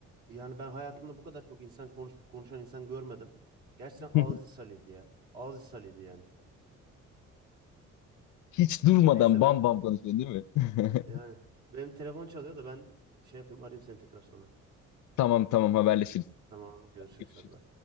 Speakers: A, on the right; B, on the left.
A: yani ben hayatımda bu kadar çok insan konuş, konuşan insan görmedim. Gerçekten ağız
B: <laughs>
A: ishaliydi ya. Ağız ishaliydi yani.
B: hiç durmadan
A: Neyse
B: bam
A: benim
B: bam konuşuyor değil mi? <laughs>
A: yani benim telefon çalıyor da ben şey yapayım arayayım seni tekrar sonra.
B: Tamam tamam haberleşiriz.
A: Tamam görüşürüz
B: Görüşürüz.
A: hadi bay.